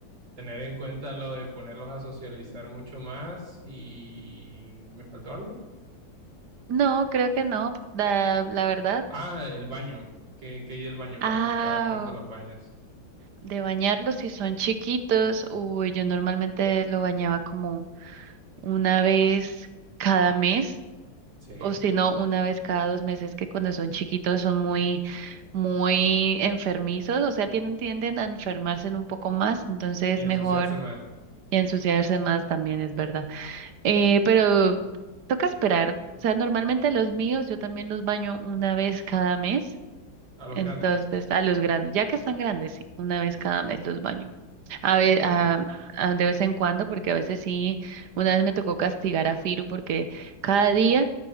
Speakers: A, on the right (about 85°); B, on the right (about 65°).
A: tener en cuenta lo de ponerlos a socializar mucho más y ¿me faltó algo?
B: No, creo que no, la, la verdad.
A: Ah, el baño. ¿Qué, qué hay del baño? ¿Cuándo-
B: Ah,
A: ¿Cada, cuánto los bañas?
B: de bañarlos si son chiquitos, uy, yo normalmente lo bañaba como una vez cada mes,
A: Sí.
B: o si no, una vez cada dos meses, que cuando son chiquitos son muy, muy enfermizos, o sea, tienden, tienden a enfermarse un poco más, entonces
A: Y ensuciarse
B: mejor
A: más
B: y a ensuciarse más también es verdad. Eh, pero toca esperar, o sea, normalmente los míos yo también los baño una vez cada mes.
A: a los
B: Entonces,
A: grandes.
B: a los grandes, ya que están grandes, sí, una vez cada mes los baño. A ve-
A: Ok.
B: a- a- de vez en cuando, porque a veces sí, una vez me tocó castigar a Firu porque cada día,